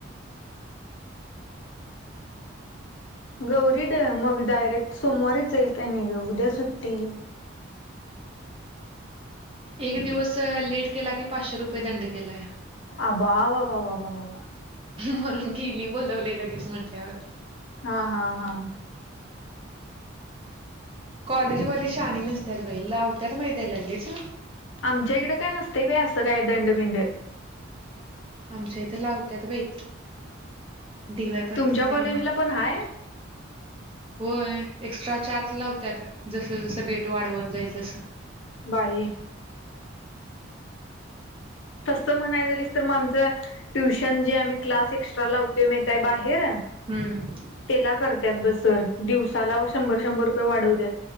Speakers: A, on the left; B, on the right.
A: गौरी डे मग डायरेक्ट सोमवारीच जाईल काय नाही ग उद्या सुट्टी.
B: एक दिवस लेट केला कि पाचशे रुपये दंड केलाय.
A: अ बा, बा, बा, बा, बा, बा, बा.
B: म्हणून गेली बोलवलंय लगेच म्हंटल्यावर.
A: हा, हा, हा.
B: कॉलेज वाली शानी नसत्याात बाई लावत्यात माहितेय लगेच.
A: आमच्या इकडं काय नसतं बाई असं काय दंड-बिंड.
B: आमच्या इथे लावत्यात बाई, डी वाय पाटील
A: तुमच्या कॉलेजला पण हाय
B: होय एक्स्ट्रा चार्ज लावतात जस जसं डेट वाढवत जाईल तसं.
A: बाई. तसं म्हणाय गेलीस तर मग आमचं ट्युशन जे आम्ही क्लास एक्स्ट्रा लावतोय माहिती हाय बाहेर.
B: हम्म.
A: तेला करत्यात बग सर दिवसाला शंभर-शंभर रुपये वाढत्यात.